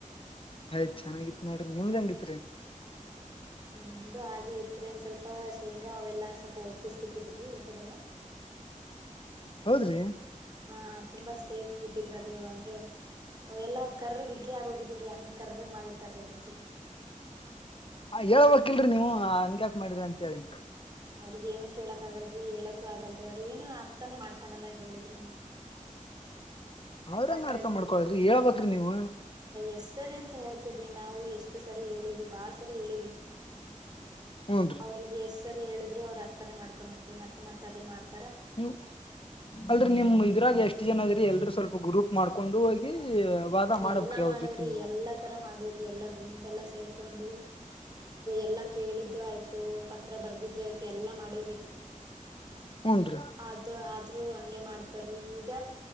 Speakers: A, on the left; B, on the right.
A: ಅಯ್ ಚೆನ್ನಾಗಿತ್ತು ನೋಡ್ರಿ ನಿಮ್ದಂಗಿತ್ತು.
B: ನಮ್ದು ಹಾಗೆ ಇತ್ರಿ ಒಂದ ಸ್ವಲ್ಪ ಶೇಂಗಾ ಅವೆಲ್ಲಾ ಸ್ವಲ್ಪ ಓ- ತ್ತಿಸಿಬಿಟ್ಟಿದ್ರಿ ಊಟದಾಗ.
A: ಹೌದ್ರಿ, -
B: ಹಾ ತುಂಬಾ ಸೇರ್ಸ್ ಬಿಿಟ್ಟಿದ್ರ ಅದು ಅಂದ್ರೆ ಎಲ್ಲಾ ಕರ್ರಗ್ ಇಡ್ಲಿ ಆಗೋಗಿದೀವ್ರೀ ಹಂಗ್ ಕರ್ರಗ್ ಮಾಡಿಟ್ಟಾರೀ ಅನ್ಸಿದೆ
A: ಹ ಹ ಹೇಳಳ್ಬೇಕಕ್ಿಲ್ರರಿ ನೀವು ಹಂಗ್ಯಾಕ್ ಮಾಡಿ್ರಿ ಅಂತೇಳಿ
B: ಅವ್ರಿಗ ಏನು ಕೇಳಕ್ ಆಗಲ್ರರಿ ಹೇಳಕೂ ಆಗಲ್ರಿ ಅವ್ರ ಏನು ಅರ್ಥನೆೇ ಮಾಡ್ಕೊಳಲ್ಲ ಹೇಳಿದ್ರುನು
A: ಅವ್ರಂಗ
B: ಹಂಗಾಗಿ
A: ಅರ್ಥ ಮಾಡ್ಕೊಳ್ರಿ ಹೇಳ್ಬೇಕ್ರಿ ನೀವು
B: ಎಷ್ಟದೆ ಅಂತ ಹೇಳ್ತೀರ ನಾವು ಎಷ್ಟು ಸರಿ ಹೇಳಿವಿ ಬಾಳ ಸರಿ ಹೇಳಿವಿ
A: ಹೂನ್ರಿ
B: ಅವ್ರಿಗೆ ಎಷ್ಟ ಸರಿ ಹೇಳಿದ್ರು ಅವ್ರ ಅರ್ಥನೆ ಮಾಡ್ಕೊಂಡ್ ನನ್ ಮತ್ತತ್ದೇ ಮಾಡ್ತ
A: ನೀ ಅಲ್ರಿೀ ನಿಮ ಇದ್ರಾಗ ಎಷ್ಟ್ ಜನ ಇದ್ರಿ ಎಲ್ರುೂ ಸ್ವಲ್ಪ ಗ್ರೂಪ್ ಮಾಡ್ಕೊಂಡು ಹೋಗಿ ವಾದ ಮಾಡ್ಬೇಕ್ರಿ
B: ಎಲ್ಲಾ ಮಾಡೇವ್ರಿ
A: ಅವ್ರ ಜೊತೆ ನೀವು
B: ಎಲ್ಲಾ ತರ ಮಾಡೇವ್ರಿ ಎಲ್ಲಾ ಗುಂಪೆಲ್ಲಾ ಸೇರ್ ಕೊಂಡು ಎಲ್ಲ ಕೇಳಿದ್ದು ಆಯ್ತು ಪತ್ರ ಬರೆದಿದ್ದು ಆಯ್ತು ಎಲ್ಲಾ ಮಾಡ
A: ಹುನ್ ರೀ
B: ಅದ ಆದ್ರೂ ಹಂಗೆ ಮಾಡ್ತಾರಿ ಈಗ